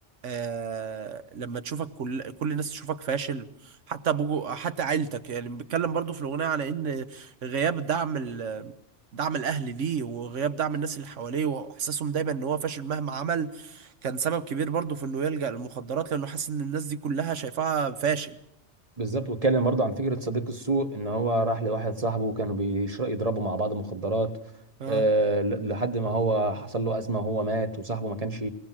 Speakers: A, on the right; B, on the right.
A: آه لما تشوفك كل كل الناس تشوفك فاشل حتى بجو حتى عيلتك يعني بيتكلم برضو في الأغنية على إن غياب دعم ال دعم الأهل ليه وغياب دعم الناس اللي حواليه وإحساسهم دايما إن هو فاشل مهما عمل كان سبب كبير برضو في إنه يلجأ للمخدرات لأنه حاسس إن الناس دي كلها شايفاها فاشل
B: بالظبط واتكلم برضه عن فكره صديق السوء ان هو راح لواحد صاحبه وكانوا بيشرب يضربوا مع بعض مخدرات
A: اه
B: آه ل- لحد ما هو حصل له ازمه وهو مات وصاحبه ما كانش